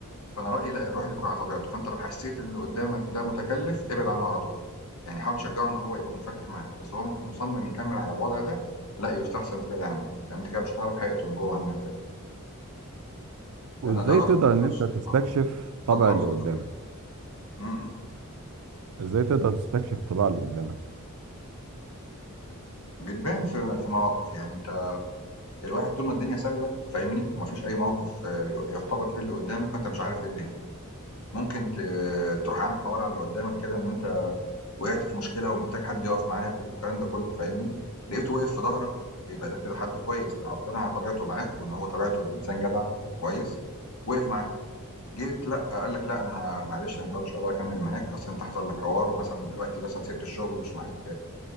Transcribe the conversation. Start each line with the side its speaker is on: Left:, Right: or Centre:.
Left: فانا رايي لا الواحد يكون على طبيعته فانت لو حسيت ان اللي قدامك ده متكلف ابعد عنه على طول يعني حاول تشجعه ان هو يبقى منفتح معاك بس هو ممكن مصمم يكمل على الوضع ده لا يستحسن تبعد عنه لان انت كده مش هتعرف حقيقته من جوه عامله ازاي
Right: وازاي
Left: انا ده رايي
Right: تقدر
Left: ما
Right: ان
Left: اعرفش
Right: انت تستكشف
Left: اه
Right: طبع
Left: ده اللي انا
Right: اللي
Left: بفضله
Right: قدامك
Left: يعني م- م.
Right: ازاي تقدر تستكشف طباع اللي قدامك
Left: بتبان في في مواقف يعني انت الواحد طول ما الدنيا سهله فاهمني ومفيش اي موقف آه، يختبر فيه اللي قدامك وانت مش عارف ايه الدنيا ممكن ت- تروح عامل حوار على اللي قدامك كده ان انت وقعت في مشكلة ومحتاج حد يقف معاك والكلام ده كله فاهمني لقيته واقف في ظهرك يبقى ده كده حد كويس ربنا على طبيعته معاك وان هو طبيعته انسان جدع وكويس وقف معاك جيت لا قال لك لا انا معلش انا مش هقدر مش هقدر اكمل معاك اصل انت حصل لك حوار ومثلا دلوقتي مثلا سبت الشغل مش معاك